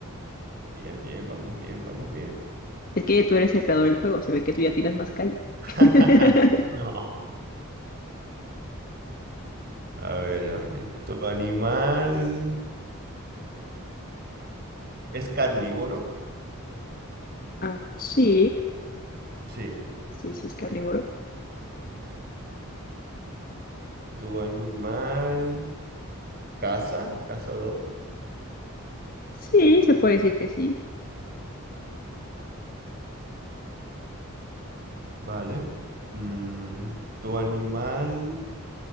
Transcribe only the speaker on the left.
Es que tú eres el creador del juego, se ve que tú ya tienes más callo.
<laughs>
Ah, sí,
sí, sí
es carnívoro.
Sí, se puede decir que sí.